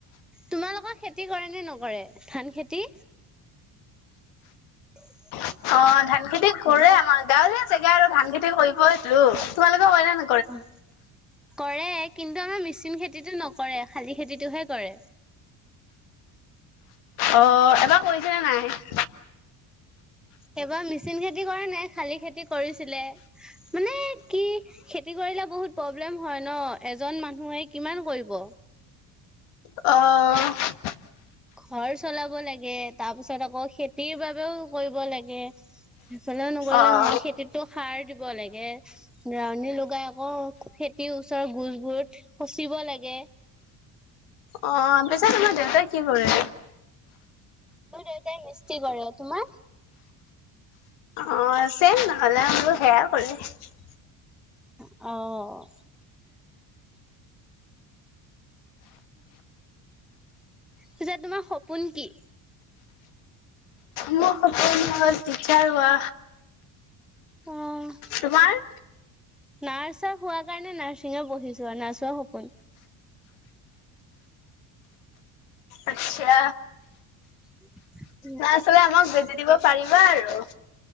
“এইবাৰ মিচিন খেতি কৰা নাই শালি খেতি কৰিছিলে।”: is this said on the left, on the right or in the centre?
Centre